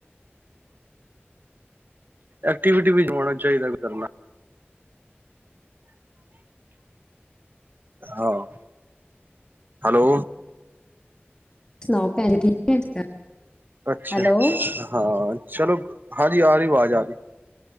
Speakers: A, on the right (about 50°); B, on the left (about 20°).
A: ਐਕਟੀਵਿਟੀ ਵੀ ਹੋਣਾ ਚਾਹੀਦਾ ਕਰਨਾ ਹਾਂ ਹੈਲੋ
B: ਸੁਣਾਓ ਭੈਣ ਜੀ ਠੀਕ ਹੈ
A: ਅੱਛਾ
B: ਹੈਲੋ
A: ਹਾਂ ਚਲੋ ਹਾਂਜੀ ਆ ਰਹੀ ਆਵਾਜ਼ ਆ ਰਹੀ